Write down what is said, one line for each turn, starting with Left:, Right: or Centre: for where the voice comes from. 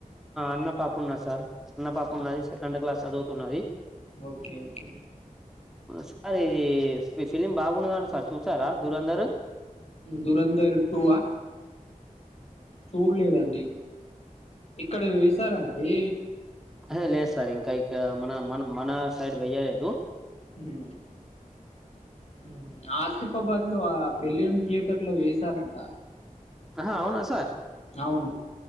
Centre: వున్న పాపున్నా సార్ చిన్న పాప్పు ఉన్నది
Left: ఆ!
Centre: సెకండ్ క్లాస్ చదు తున్నది
Left: ఓకే ఓకే
Centre: సర్ ఇది ఫి ఫిలిమ్ బాగుండదండి సార్ చూసారా దురందరు
Left: దురంధర్ టు ఆ చూలేదండి ఇక్కడ వేసారా అండి
Centre: అరె లేదు సార్ ఇంకా ఇక్కడ మన మన మన సైడ్ వెయలేదు
Left: ఊ ఊ ఆసిఫాబాద్ లో ఆ బెలియన్ థియేటర్ లో వేశారంట
Centre: ఆహ అవునా సార్
Left: అవును